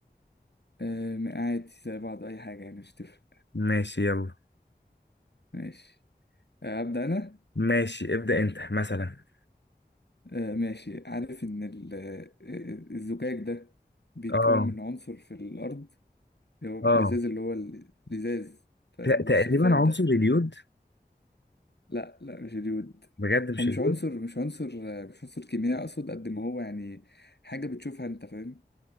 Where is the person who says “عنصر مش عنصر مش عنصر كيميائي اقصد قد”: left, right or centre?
Left